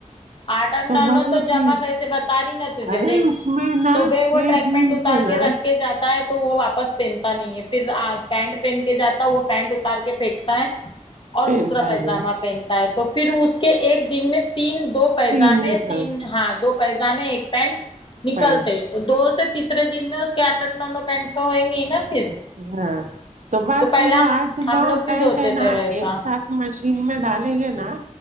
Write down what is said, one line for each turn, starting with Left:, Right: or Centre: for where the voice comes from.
Left: آٹھ آٹھ نو
Right: میں
Left: نو
Right: سوچی
Left: تو جمع کیسے بتا رہی نا تجھے
Right: ارے
Left: دیکھ
Right: اس میں نا
Left: صبح
Right: چھ
Left: وہ ٹریک
Right: جینس
Left: پینٹ کر
Right: ہے نا
Left: کے رکھے جات ہے تو وہ واپس پہنتا نہیں ہے پھر پینٹ پہن کے جاتا ہے وہ پینٹ اتار کے پھینکتا ہے اور
Right: پہنتا
Left: دوسرا پائجامہ
Right: نہیں
Left: پہن تو پھر اس کے ایک دن میں تین دو پیزامے
Right: تین نکالتی
Left: تین ہاں دو پیزامے ایک پینٹ نکلتے
Right: پینٹ
Left: تو دو سے تیسرے دن میں اس کے اٹٹ نو نو پینٹ تو ہوئیں گے ہی نا پھر
Right: ہاں تو بات
Left: پہلا
Right: سنو آج
Left: ہم
Right: نو
Left: لوگ بھی
Right: پینٹ
Left: دھوتے
Right: ہے نا
Left: تھے ویسا
Right: ایک سات مشین میں ڈالیں گے نا